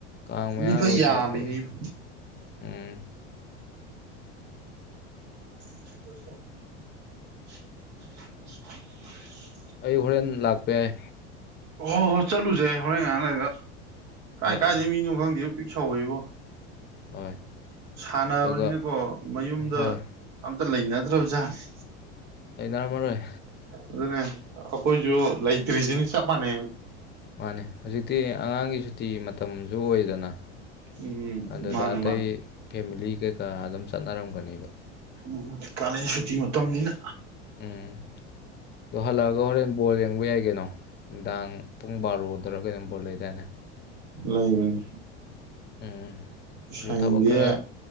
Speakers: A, on the left (about 30°); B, on the right (about 55°).
A: ꯀꯥꯡ ꯃꯌꯥꯒ
B: ꯃꯤ ꯐꯩ
A: ꯑꯣꯏꯁꯜꯂꯛꯄꯒ
B: ꯌꯥꯝꯃꯤꯅꯤꯕꯨ
A: ꯎꯝ
B: <inaudible> <inaudible>
A: ꯑꯩ ꯍꯣꯔꯦꯟ ꯂꯥꯛꯄ ꯌꯥꯏ
B: ꯑꯣ ꯍꯣ ꯍꯣꯏ ꯆꯠꯂꯨꯁꯦ ꯍꯣꯔꯦꯟ ꯉꯍꯥꯡꯂꯒ ꯀꯥꯏ
A: ꯑꯥ
B: ꯀꯥꯏꯗꯩ ꯃꯤꯅꯣ ꯈꯪꯗꯦꯕꯣ ꯄꯤꯛ ꯁꯧꯏꯕꯣ
A: ꯍꯣꯏ
B: ꯁꯥꯟꯅꯕꯅꯤꯅꯀꯣ
A: ꯑꯗꯨꯒ
B: ꯃꯌꯨꯝꯗ
A: ꯍꯣꯏ
B: ꯑꯝꯇ ꯂꯩꯅꯗ꯭ꯔꯕ ꯖꯥꯠꯅꯤ
A: ꯂꯩꯅꯥꯔꯝꯃꯔꯣꯏ
B: ꯑꯗꯨꯅꯦ ꯑꯩꯈꯣꯏꯁꯨ ꯂꯩꯇ꯭ꯔꯤꯁꯤꯅꯤ ꯆꯞ ꯃꯥꯟꯅꯩ
A: ꯃꯥꯅꯦ ꯍꯧꯖꯤꯛꯇꯤ ꯑꯉꯥꯡꯒꯤ ꯁꯨꯇꯤ ꯃꯇꯝ ꯨ ꯖꯨ ꯑꯣꯏꯗꯅ
B: ꯎꯝ
A: ꯑꯗꯨꯗ
B: ꯃꯥꯅꯦ
A: ꯑꯇꯩ
B: ꯃꯥꯅꯦ
A: ꯐꯦꯃꯤꯂꯤ ꯀꯩꯀꯥ ꯑꯗꯨꯝ ꯆꯠꯅꯔꯝꯒꯅꯦꯕ
B: ꯎꯝ ꯀꯥꯂꯦꯟ ꯁꯨꯇꯤ ꯃꯇꯝꯅꯤꯅ
A: ꯎꯝ ꯑꯗꯣ ꯍꯜꯂꯛꯑꯒ ꯍꯣꯔꯦꯟ ꯕꯣꯜ ꯌꯦꯡꯕ ꯌꯥꯏ ꯀꯩꯅꯣ ꯅꯨꯡꯗꯥꯡ ꯄꯨꯡ ꯕꯥꯔꯣꯗꯔ ꯀꯩꯅꯣ ꯕꯣꯜ ꯂꯩꯗꯥꯏꯅꯦ
B: ꯂꯩꯕꯅꯤ
A: ꯎꯝ
B: ꯑꯁ
A: ꯑꯩꯁꯨ
B: ꯍꯌꯦꯡꯗꯤ
A: ꯊꯕꯛ ꯈꯔ